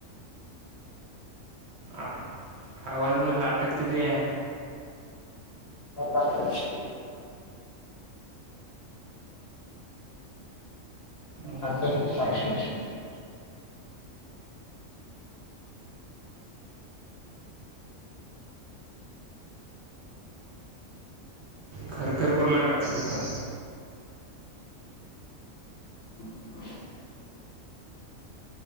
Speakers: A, on the right; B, on the left.
A: आ आवाज मणल आटकतय तू या.
B: <unintelligible> <unintelligible>
A: मोकरी खरखर करू लागला खरखर.
B: <inaudible>